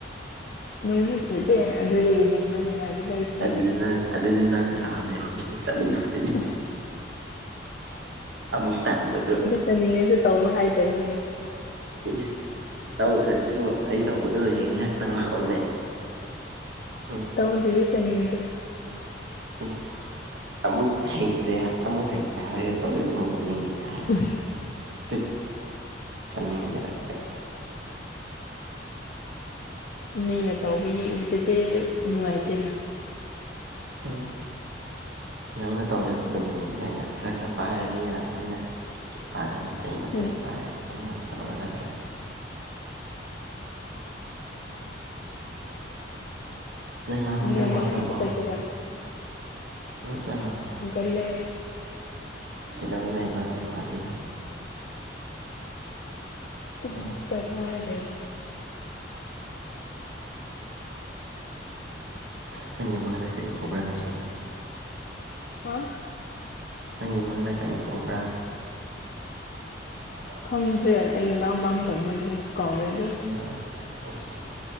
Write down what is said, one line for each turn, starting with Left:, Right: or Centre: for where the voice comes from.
Left: ꯅꯨꯉꯥꯏꯗꯨꯗꯤ ꯑꯗꯨꯗꯒꯤ ꯍꯦꯟꯕ ꯅꯨꯉꯥꯏꯕ ꯂꯩꯇ꯭ꯔꯦꯅꯦ
Right: ꯑꯗꯨꯗꯤ ꯅꯪ ꯑꯗꯨꯗꯤ ꯅꯪꯁꯨ ꯂꯥꯛꯑꯣꯅꯦ ꯅꯈꯨꯠ ꯆꯠꯃꯤꯟꯅꯁꯦ
Left: ꯑ
Right: ꯑꯃꯨꯛ ꯇꯟꯕꯗꯣ
Left: ꯇꯅꯤꯡꯉꯖꯨ ꯇꯧꯕ ꯍꯥꯏꯇꯝꯅꯤꯅ
Right: ꯏꯁ ꯇꯧꯗ꯭ꯔꯁꯨ ꯑꯩ ꯇꯧꯕꯗꯣ ꯌꯦꯡꯅꯤ ꯉꯥꯏ ꯉꯥꯛꯇꯪ ꯂꯥꯛꯑꯣꯅꯦ ꯍꯨꯝ
Left: ꯇꯧꯗ꯭ꯔꯗꯤ ꯆꯠꯅꯤꯡꯗꯦ
Right: ꯏꯁ ꯑꯃꯨꯛ ꯍꯩꯇ꯭ꯔꯦ ꯑꯃꯨꯛ ꯍꯩꯇꯦ ꯍꯥꯏꯔꯒ ꯇꯧꯗꯗꯤ ꯑꯃꯨꯛ ꯆꯠꯅꯤꯡꯗꯦ ꯍꯥꯏ
Left: ꯎ
Right: ꯇꯤꯠ ꯆꯠꯅꯤꯡꯗ꯭ꯔꯒ
Left: ꯃꯤꯅ ꯇꯧꯕ ꯌꯦꯡꯕꯗꯨꯗꯤ ꯅꯨꯡꯉꯥꯏꯇꯦꯅ
Right: ꯍꯨꯝ ꯅꯪꯅ ꯇꯧꯔꯁꯨ ꯑꯗꯨꯝ ꯌꯦꯡꯉꯒ ꯈꯔ ꯈꯔ ꯄꯥꯏꯔꯗꯤ ꯌꯥꯔꯅꯤꯗ ꯅꯨꯄꯥꯗ ꯃꯇꯩ ꯃꯇꯩ
Left: ꯎꯝ
Right: ꯄꯥꯔꯒ ꯑꯩꯅ ꯇꯧꯔꯒ ꯂꯩꯌꯨꯅ ꯅꯣꯏ ꯃꯥꯈꯣꯏꯗꯤ
Left: ꯅꯦꯃꯥ
Right: ꯍꯧꯒꯠꯈ꯭ꯔꯕꯣ
Left: ꯍꯣꯏꯗ ꯆꯠꯁꯤꯔꯥ
Right: ꯎꯪ ꯆꯂꯣꯏ
Left: ꯎꯒꯜꯂꯦ
Right: ꯀꯩꯗꯧꯔ ꯂꯩꯕ ꯅꯣꯏ ꯃꯥꯗꯤ
Left: ꯇꯨꯝ
Right: ꯑꯦ
Left: ꯄꯣꯊꯔꯦ
Right: ꯅꯪꯒꯤ ꯃꯪꯗ ꯀꯔꯤ ꯎꯕ꯭ꯔꯥ ꯉꯁꯤ
Left: ꯋꯥꯡ
Right: ꯅꯪꯒꯤ ꯃꯪꯗ ꯀꯔꯤ ꯎꯕ꯭ꯔꯥ <unintelligible>
Left: ꯈꯪꯗ꯭ꯔꯦ ꯑꯩ ꯃꯥꯡ ꯃꯥꯡꯗꯧꯃꯜꯂꯦꯅ ꯀꯥꯎꯔꯦꯟ
Right: <unintelligible> ꯑꯁ